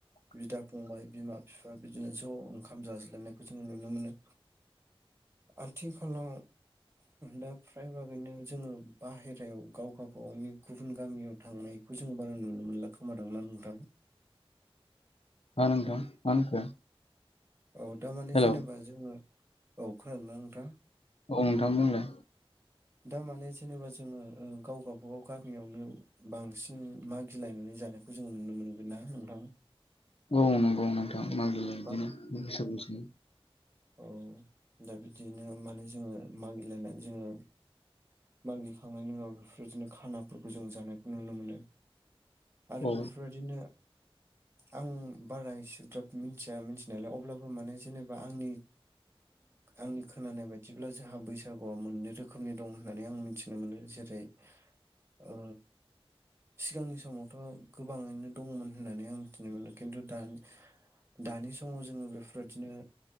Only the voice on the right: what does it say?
बिदा फंबाय बिमा बिफा बिदिनो ज ओंखाम जाज्लायनायखौ जोंङो नुनो मोनो आथिखालाव दा फ्राय भागैनो जोंङो बाहेरायाव गावबागावनि गुबुन गामियाव थांनाय बेखौ जों बारा नुनो मोनला खोमादांना नोंथां
अ दा माने
जेनेबा जोंङो औ खोनादोंना नोंथां
दा माने जेनेबा जोंङो गाव बागाव गामियावनो बांसिन मागिलायनानै जादों खौ जोंङो नुनो मोनगोनना नोंथां
बा
औ दा बिदिनो माने जोंङो मागिलायनानै जोंङो मागिखांनायनि उनाव बेफोरबायदिनो खानाफोरखौ जों जानायखौ नुनो मोनो आरो
बेफोरबायदिनो आं बारा एसेग्राब मिथिया मिथिनायालाय अब्ला बो माने जेनेबा आंनि आंनि खोनानाय बायदि ब्ला जोंहा बैसागुआ मोननै रोखोमनि दं होननानै आं मिथिनो मोनो जेरै ओ सिगांनि समावथ गोबाङैनो दंङोमोन होननानै आं मिथिनो मोनो खिन्थु दानि दानि समाव जोंङो बेफोरबायदिनो